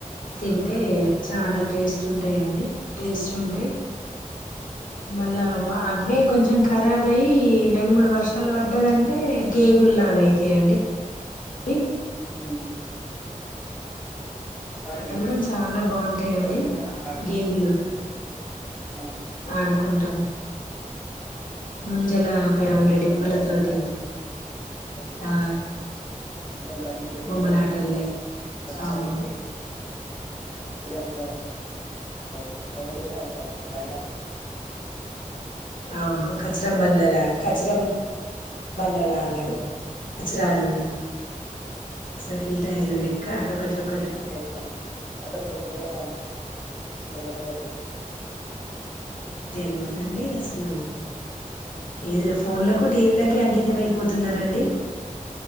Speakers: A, on the left (about 70°); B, in the centre.
A: తింటె చాలా టేస్ట్ఉంటాయ్ అండి టేస్టుంటాయ్. మళ్ళా అవే కొంచెం ఖరాబ్ అయి రెండు మూడు వర్షాలు పడ్డాయటే గేగుల్లాగ అయితాయిండి డి
B: ఉమ్ వాటి
A: అవిగుడ చాలా బాగుంటాయండి
B: డిప్పలతోని కూడా ఆట ఆడుకుంటాం
A: గేగులు
B: అవును
A: ఆడుకుంటాం మం జల ప ఉండే
B: వీటికి ఇట్లా
A: డిప్పల
B: రెండు చక్రాలు
A: తోటి
B: లాగా పెట్టి
A: ఆ
B: రెండు అటి ఇటు పెట్టిమధ్యలో
A: బొమ్మలాటల్లే అవును
B: కర్ర పెట్టి పిల్లలెట్ల అది తడి కూడా అది బండి
A: అవును కచరం బన్లలా కచరం బళ్ళ లాగాలి
B: ఇలాగా
A: అచ్చరాలు సర్కిల్ టయల్ల లెక్క అటుక్కటి ఇటుక్కటి
B: చేసిన అసలు ఇప్పటి పిల్లలకు అవి అన్ని తెలవనే తెలువదు
A: తెలువదండి అసలు ఏదిలో ఫోన్లకు టీవీలకే అంకితం అయిపోతున్నరండి.